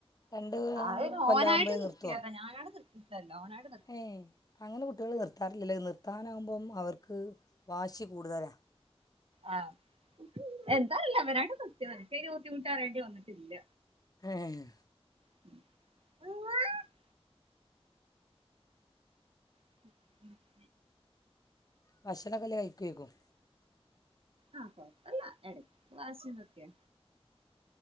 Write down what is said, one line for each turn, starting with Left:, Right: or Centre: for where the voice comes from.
Left: രണ്ട്
Right: അത്
Left: കൊല്ലാവുമ്പോഴേ
Right: ഓനായിട്ട് നിർത്യേതാ
Left: നിർത്തുമോ
Right: ഞാനാട് നിർത്തീക്കല്ല ഓനാട്
Left: ഏഹ് അങ്ങനെ കുട്ട്യാള് നിർത്താറില്ലല്ലോ നിർത്താനാമ്പം അവർക്ക് വാശി കൂടുതലാ
Right: ആഹ് എന്താറീല്ല ഇവനാണ്ട് നിർ ത്തിയെതാ ഇൻകയ്ന്റെ ബുദ്ധിമുട്ടറിയേണ്ടി വന്നിട്ടില്ല
Left: ഏഹ്
Right: <unintelligible> <unintelligible>
Left: ഭക്ഷണക്കെ എല്ലേ കഴിക്കേക്കും
Right: ആഹ് കൊഴപ്പല്ല ഇടക്ക് വാശിംതൊക്കെ